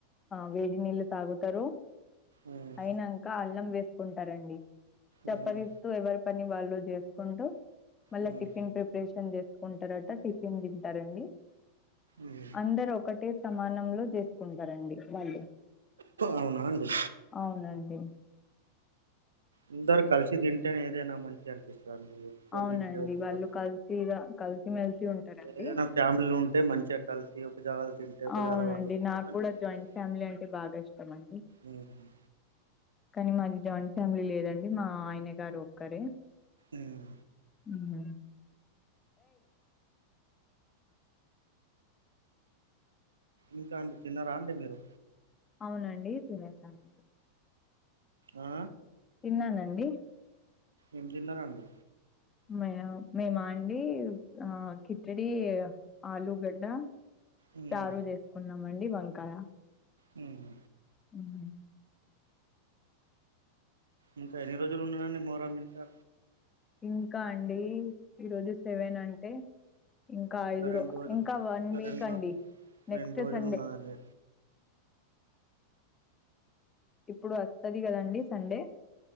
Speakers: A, on the left; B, on the right.
A: ఆహ్ వేడి నీళ్ళు తాగుతారు.
B: ఉమ్
A: అయినాక అన్నం చేసుకుంటారండి చప్పరిస్తూ
B: ఉమ్
A: ఎవరు. పని వాళ్ళు చేసుకుంటూ మళ్ళా
B: ఉమ్
A: టిఫిన్ ప్రిపరేషన్ చేసుకుంటారట టిఫిన్. చేస్తారండి
B: ఉమ్
A: అందరు ఒకటే సమానంలో చేస్. కుంటారండి వాళ్ళు
B: అవునా అండి
A: అవునండి
B: అందరు కలిసి తింటేనే ఇదేనా మంచిగా అనిపిస్తది ఒక్కళు
A: అవునండి.
B: తింటే ఒళ
A: వాళ్ళు కలిసిగా కలిసిమెలిసి ఉంటారండి.
B: ఏదైనా ఫ్యామిలీలో ఉంటే మంచ్ చిగ కలిసి జాగాల తింటే ఒక
A: అవునండి
B: జాగాల వండుకుంటే
A: నాకు
B: మంచిగా
A: కూడా
B: ఉంటది
A: జాయింట్ ఫ్యామిలీ అంటే బాగా ఇష్టం అండి
B: ఉమ్
A: కానీ మాది జాయింట్ ఫ్యామిలీ లేదండి మా ఆయన గారు ఒక్కరే
B: ఉమ్
A: మ్
B: ఇంకా అండి తిన్నారా అండి మీరు
A: అవునండి తినేసాను
B: ఆ
A: తిన్నానండి
B: ఏం తిన్నరండి
A: మ మే మాండి ఆ కిచడి ఆలుగడ్డ
B: ఉమ్
A: చారు చేసుకున్నామండి వంకాయ
B: హ్మ్
A: మ్
B: ఇంకా ఎన్ని రోజులు ఉన్నానండి మోహరం ఇంకా
A: ఇంకా అండి ఈరోజు సెవెన్ అంటే ఇంకా ఐదు
B: రెండు
A: రో
B: రోజులు
A: ఇంకా వన్ వీక్
B: రెండు
A: అండి నెక్స్ట్
B: రెండు రోజులు
A: సండే
B: ఉన్నదండి
A: ఇప్పుడు వస్తది కదండి సండే